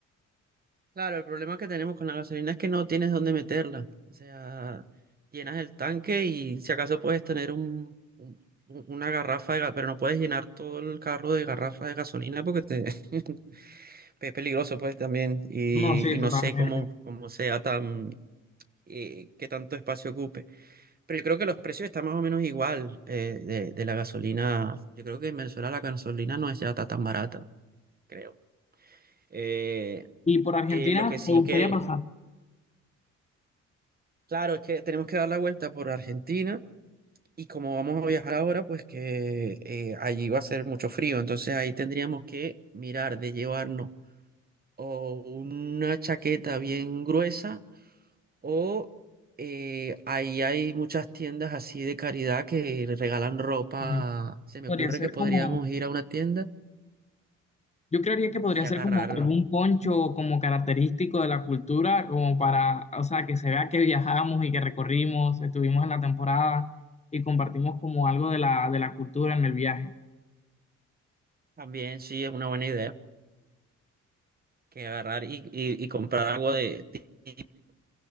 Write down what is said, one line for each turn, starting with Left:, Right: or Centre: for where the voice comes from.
Right: Claro, el problema que tenemos con la gasolina es que no tienes dónde meterla. O sea, llenas el tanque y si acaso puedes tener un, un- un- una garrafa de, ga- pero no puedes llenar todo el carro de garrafa de gasolina porque te, <laughs> es peligroso pues también y,
Left: No, sí,
Right: y
Left: totalmente.
Right: no sé cómo, cómo sea tan, eh, qué tanto espacio ocupe. Pero yo creo que los precios están más o menos igual eh, de, de la gasolina. Yo creo que en Venezuela la gasolina no es ya ta- tan barata, creo. Eh,
Left: Y por Argentina,
Right: eh, lo que sí
Left: me gustaría
Right: que,
Left: pasar.
Right: claro, es que tenemos que dar la vuelta por Argentina y como vamos a viajar ahora, pues que eh, allí va a ser mucho frío. Entonces ahí tendríamos que mirar de llevarnos o una chaqueta bien gruesa O eh, ahí hay muchas tiendas así de caridad que le regalan ropa.
Left: Sí.
Right: Se me
Left: Podría
Right: ocurre
Left: ser
Right: que podríamos
Left: como,
Right: ir a una tienda
Left: yo creería que podría
Right: y
Left: ser
Right: agarrar
Left: como algún poncho como característico de la cultura, como para, o sea, que se vea que viajamos y que recorrimos, estuvimos en la temporada y compartimos como algo de la, de la cultura en el viaje.
Right: también, sí, es una buena idea, que agarrar y, y- y comprar algo de, típico,